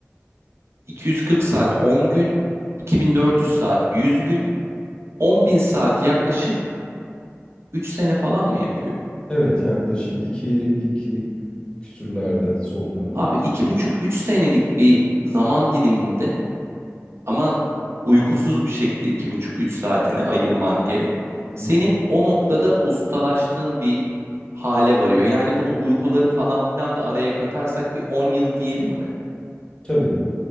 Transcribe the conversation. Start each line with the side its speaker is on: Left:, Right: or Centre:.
Right: 240 saat 10 gün, 2400 saat 100 gün, 10.000 saat yaklaşık Üç sene falan mı yapıyor?
Left: Evet, yaklaşık iki iki küsürlerde sonlarını
Right: Abi iki buçuk üç senelik bir zaman diliminde ama uykusuz bir şekilde iki buçuk üç saatini ayırman gerek. Senin
Left: Hı,
Right: o noktada ustalaştığın bir hale varıyor. Yani bunu uykuları falan filan da araya katarsak bir 10 yıl diyelim mi?
Left: Tabii.